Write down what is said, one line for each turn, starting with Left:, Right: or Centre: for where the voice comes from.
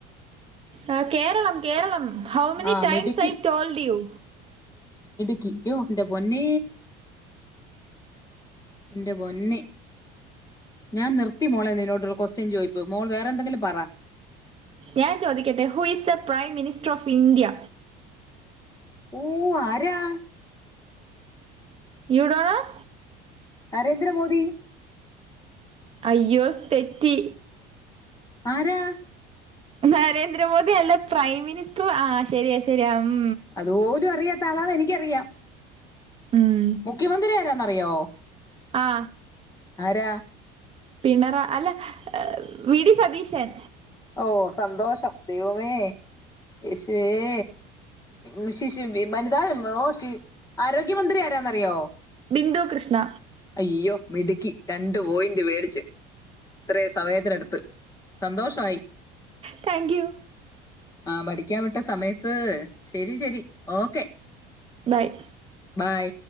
Right: ആ കേരളം കേരളം ഹൗ മെിനി
Left: ആ
Right: ടൈംസ്
Left: മിടുക്കി
Right: ഐ ടോൾഡ് യൂ
Left: ക്കി യ്യോ എന്റെ പൊന്നേ എന്റെ പൊന്നെ ഞാൻ നിർത്തി മോളെ നിന്നോടുള്ള ക്വസ്റ്റ്യൻ ചോയിപ്പ് മോൾ വേറെ എന്തെങ്കിലും പറ
Right: ഞാൻ ചോദിക്കട്ടെ who is the prime minister of India
Left: ഊ ആരാ
Right: you don't know?
Left: Narendra Modi
Right: അയ്യോ തെറ്റി
Left: ആരാ?
Right: നരേന്ദ്രമോദി അല്ല പ്രൈം മിനിസ്റ്റർ ആ ശരിയ ശരിയാ ഉം
Left: അതുപോലും അറിയ ത്തളാന്നെനിക്കറിയാം.
Right: ഉം
Left: മുഖ്യമന്ത്രിയാരാന്ന റിയാവോ?
Right: ആ
Left: രാ
Right: പിണറ അല്ല വി ഡി സതീശൻ.
Left: ഓ സന്തോഷം ദൈവമേ യേശുവേ വി ശിശു വി വനിതാ ഓ ഷി ആരോഗ്യമന്ത്രി ആരാന്നറിയാവൊ
Right: ബിന്ദു കൃഷ്ണ
Left: അയ്യൊ മിടുക്കി രണ്ട് പോയിന്റ് മേടിച്ചു ഇത്രം സമയത്തിനടുത്ത് സന്തോഷമായി
Right: താങ്ക് യൂ
Left: ആ പഠിക്കാൻ വിട്ട സമയത്ത് ശരി ശരി ഓക്കെ
Right: ബായ്
Left: ബൈ.